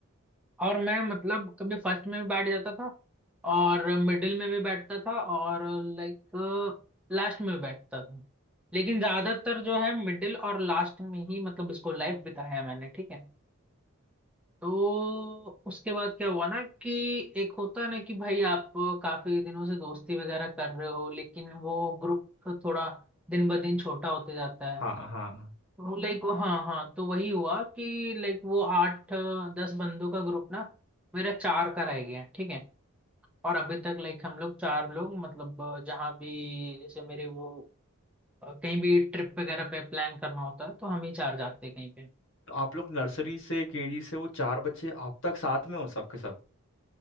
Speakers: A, in the centre; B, on the left.
A: और मैं मतलब कभी फर्स्ट में भी बैठ जाता था और मिडिल में भी बैठता था और लाइक लास्ट में भी बैठता था लेकिन ज्यादातर जो है मिडिल और लास्ट में ही मतलब स्कूल लाइफ बिताया है मैंने ठीक है तो उसके बाद क्या हुआ ना कि एक होता है ना कि भाई आप काफी दिनों से दोस्ती वगैरह कर रहे हो लेकिन वो ग्रुप थोड़ा दिन ब दिन छोटा होते जाता है
B: हाँ हाँ
A: तो लाइक हाँ हाँ तो वही हुआ कि लाइक वो आठ दस बंदों का ग्रुप ना मेरा चार का रह गया ठीक है और अभी तक लाइक हम लोग चार लोग मतलब जहाँ भी जैसे मेरे वो कहीं भी ट्रिप वगैरह पे प्लान करना होता है तो हम ही चार जाते हैं कहीं पे
B: तो आप लोग नर्सरी से केजी से वो चार बच्चे आप तक साथ में हो सबके सब